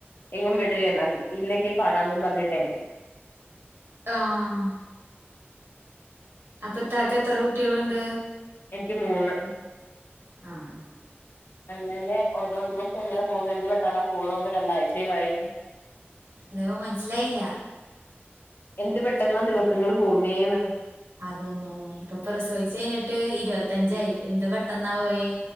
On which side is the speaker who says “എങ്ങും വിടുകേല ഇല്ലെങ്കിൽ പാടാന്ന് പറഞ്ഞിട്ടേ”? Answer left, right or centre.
Left